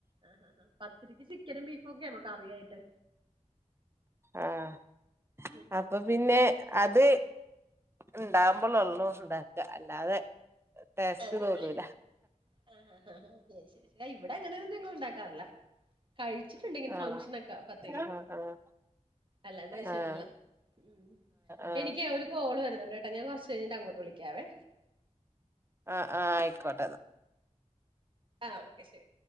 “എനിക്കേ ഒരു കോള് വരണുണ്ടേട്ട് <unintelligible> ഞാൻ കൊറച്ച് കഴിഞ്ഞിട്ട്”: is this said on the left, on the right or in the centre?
Right